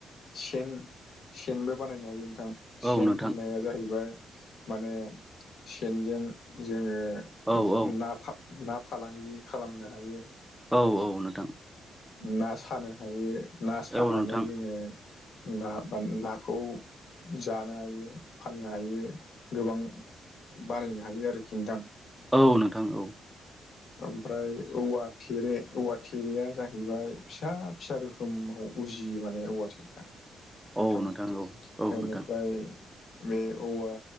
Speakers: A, on the left (about 70°); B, in the centre.
A: सेन सेनबो बानायनो हायो
B: औ
A: सेन
B: नोंथां
A: होननाया जाहैबाय माने सेनजों जोङो
B: औ औ
A: ना फा ना फालांगि खालामनो हायो
B: औ औ नोंथां
A: ना सानो हायो ना सानानै
B: औ नोंथां
A: जोङो ना बा नाखौ जानो हायो फाननो हायो गोबां बारायनो हायो आरोखि नोंथां
B: औ नोंथां औ
A: ओमफ्राय औवा थेरे औवा थेरेया जाहैबाय फिसा फिसा रोखोम खोम उजियो माने औवा थेरेया नोंथां
B: औ औ औ
A: ओनिफ्राय
B: नोंथां
A: बे औवा